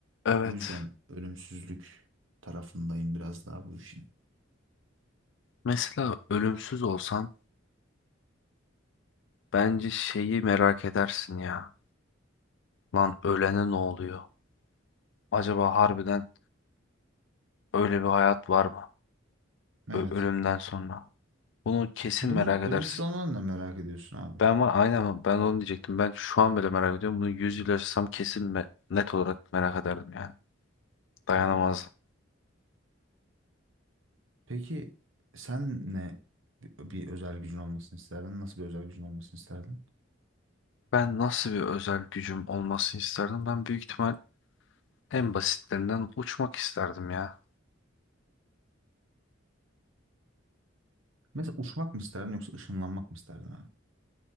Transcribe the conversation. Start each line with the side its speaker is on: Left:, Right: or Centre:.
Left: Evet.
Right: O yüzden ölümsüzlük tarafındayım biraz daha bu işin.
Left: Mesela ölümsüz olsan bence şeyi merak edersin ya. Lan ölene ne oluyor? Acaba harbiden öyle bir hayat var mı?
Right: Evet.
Left: Ö- ölümden sonra. Bunu kesin
Right: Bunu
Left: merak
Right: ölümsüz
Left: edersin.
Right: olmanı da merak ediyorsun abi.
Left: Ben ama aynen ben onu diyecektim. Ben şu an bile merak ediyorum. Bunu 100 yıl yaşasam kesin me- net olarak merak ederdim yani. Dayanamazdım.
Right: Tabii. Peki sen ne bir, bir özel gücün olmasını isterdin? Nasıl bir özel gücün olmasını isterdin?
Left: Ben nasıl bir özel gücüm olmasını isterdim? Ben büyük ihtimal en basitlerinden uçmak isterdim ya.
Right: Mesela uçmak mı isterdin yoksa ışınlanmak mı isterdin abi?